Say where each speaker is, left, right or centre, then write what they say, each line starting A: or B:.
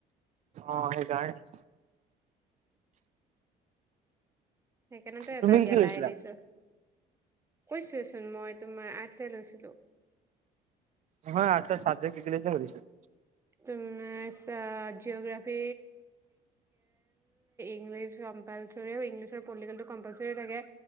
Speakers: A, on the right; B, on the right.
A: অহ ', সেইকাৰণে।
B: সেইকাৰণেতো
A: তুমি
B: এবাৰ
A: কি
B: গেলাই
A: কি লৈছিলা
B: দিছো। কৈছোচোন মই তোমাৰ আৰ্টচ লৈছিলো।
A: হয় আৰ্টচ চাবজেক্ট কি- কি লৈছা খুধিছে?
B: জিঅ'গ্ৰাফী এডুকেশ্বন তাৰপিছত ইংলিছৰ পলিটিকেলটো কম্পালসৰী থাকে